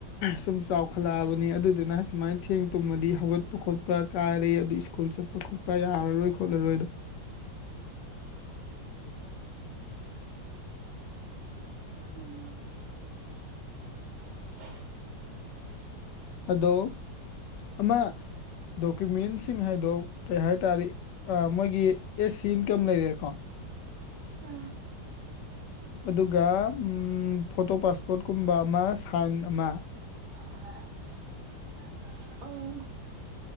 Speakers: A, on the left; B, on the right.
A: ꯁꯨꯝ ꯆꯥꯎꯈꯠꯂꯛꯑꯕꯅꯤ ꯑꯗꯨꯗꯨꯅ ꯁꯨꯃꯥꯏꯅ ꯊꯦꯡ ꯇꯨꯝꯃꯗꯤ ꯍꯧꯒꯠꯄ ꯈꯣꯠꯄ ꯀꯥꯏꯔꯦ ꯁ꯭ꯀꯨꯜ ꯆꯠꯄ ꯈꯣꯠꯄ ꯌꯥꯔꯔꯣꯏ ꯈꯣꯠꯂꯔꯣꯏ
B: ꯎꯝ <unintelligible>
A: ꯑꯗꯣ ꯑꯃꯥ ꯗꯣꯀꯨꯃꯦꯟꯁꯤꯡ ꯍꯥꯏꯗꯣ ꯀꯩ ꯍꯥꯏꯇꯥꯔꯦ ꯃꯣꯏꯒꯤ ꯑꯦꯁ ꯁꯤ ꯏꯟꯀꯝ ꯂꯩꯔꯦꯀꯣ
B: ꯑꯥ
A: ꯑꯗꯨꯒ ꯐꯣꯇꯣ ꯄꯥꯁꯄꯣꯔꯠꯀꯨꯝꯕ ꯑꯃ ꯁꯥꯏꯟ ꯑꯃ
B: <unintelligible> ꯑꯧ